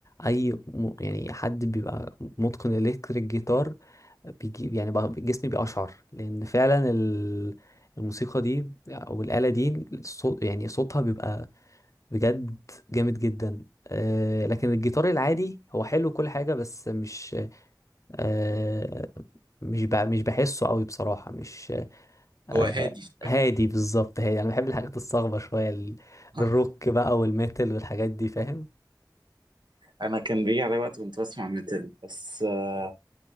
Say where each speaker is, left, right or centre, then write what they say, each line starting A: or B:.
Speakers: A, on the left (about 45°); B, on the right (about 75°).
A: اي م- يعني حد بيبقى متقن الكتريك جيتار بيجي يعني بقى- جسمي بيقشعر لان فعلا ال- الموسيقى دي او الآلة دي الصوت يعني صوتها بيبقى بجد جامد جدا آه، لكن الجيتار العادي هو حلو كل حاجة بس مش آه، مش ب- مش بحسه قوي بصراحة مش آه،
B: هو هادي شويه
A: هادي بالظبط هادي انا بحب الحاجات الصاخبه شويه ال-
B: آه.
A: الروك بقى والميتال والحاجات دي فاهم
B: انا كان بيجي علي وقت كنت بسمع ميتال بس آه،